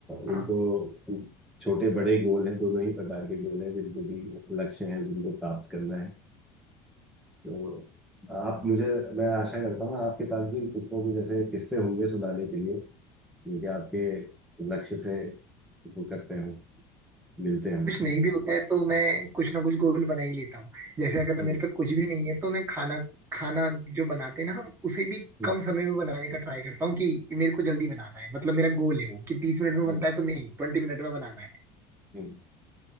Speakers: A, on the right (about 25°); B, in the centre.
A: हाँ
B: उनको छोटे बड़े गोल हैं दोनों ही प्रकार के गोल हैं जिनको भी लक्ष्य हैं जिनको प्राप्त करना है तो आप मुझे मैं आशा करता हूँ आपके पास भी कुछ ना कुछ ऐसे किस्से होंगे सुनाने के लिए यदि आपके लक्ष्य से वो करते हो मिलते हो
A: कुछ नहीं भी होता है तो मैं कुछ ना कुछ गोल बना ही लेता हूँ जैसे अगर
B: हम्म
A: मेरे पे कुछ भी नहीं है तो मैं खाना खाना जो बनाते हैं ना हम उसे भी
B: हम्म
A: कम समय में बनाने का ट्राई करता हूँ कि मेरे को जल्दी बनाना है मतलब मेरा गोल है वो कि तीस मिनट में
B: हम्म,
A: बनता है तो नहीं ट्वेंटी मिनट में बनाना है
B: हम्म,